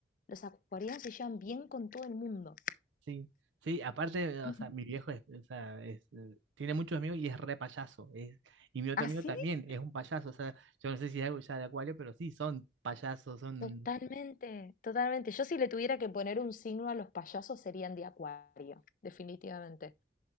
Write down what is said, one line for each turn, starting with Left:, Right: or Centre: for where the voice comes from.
Left: Los acuarianos se llevan bien con todo el mundo.
Right: Sí, sí, aparte, o
Left: <laughs>
Right: sea, mi viejo es, o sea, es, eh, tiene muchos amigos y es re payaso. es- y mi otro
Left: Así
Right: amigo también es un payaso. O sea, yo no sé si es algo ya de Acuario, pero sí, son payasos, son.
Left: Totalmente, totalmente. Yo si le tuviera que poner un signo a los payasos serían de acuario, definitivamente.